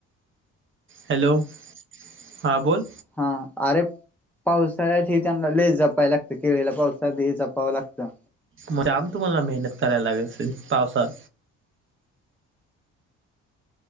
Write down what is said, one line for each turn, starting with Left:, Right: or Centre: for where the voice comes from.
Right: हॅलो हा बोल,
Centre: हा अरे पावसाळ्यात हे त्यांना लेच जपायं लागतं, केळीला पावसाळ्यात लई जपावं लागतं.
Right: मग जाम तुम्हाला मेहनत करायला लागत, असेल पावसात.